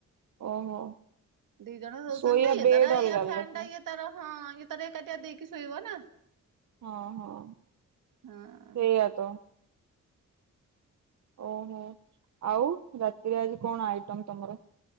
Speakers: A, on the right; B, on the right.
A: ଓହୋ।
B: ଦି ଜଣ ରଉଚନ୍ତି
A: ଶୋଇବା
B: ଇଏ
A: ବେଡ୍
B: ତାର ଇଆ
A: ଅଲଗା ଅଲଗା
B: ଫ୍ୟାନ୍
A: ଥିବ।
B: ଟା ଇଏ ତାର ହଁ ଇଏ ତାର ଏକାଟିଆ ଦେଇକି ଶୋଇବ ନା।
A: ହଁ-ହଁ
B: ହଁ
A: ସେଇଆ ତ। ଓହୋ ଆଉ ରାତିରେ ଆଜି କଣ ଆଇଟମ୍ ତମର?